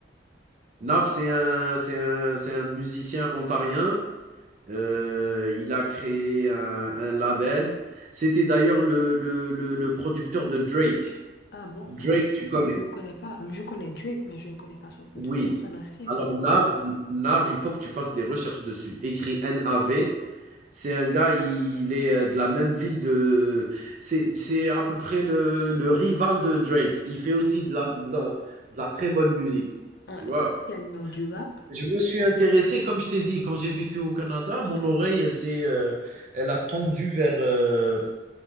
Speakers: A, on the right (about 40°); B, on the left (about 55°).
A: Nav, c'est un c'est un c'est un musicien ontarien Heu, il a créé un un label. C'était d'ailleurs le le le le producteur de Drake.
B: Ah bon,
A: Drake,
B: moi,
A: tu
B: je,
A: connais?
B: je ne le connais pas. Je connais Drake, mais je ne connais pas son producteur,
A: Oui.
B: son ancien
A: Alors
B: producteur.
A: Nav Nav, il faut que tu fasses des recherches dessus. Écrit N-A-V. C'est un gars, il est, heu, de la même ville de c'est c'est à peu près le le rival de Drake. Il fait aussi de la de la de la très bonne musique,
B: Un-
A: tu vois?
B: Quel nom du rap?
A: Je me suis intéressé, comme je t'ai dit, quand j'ai vécu au Canada, mon oreille, elle s'est, euh, elle a tendu vers, euh,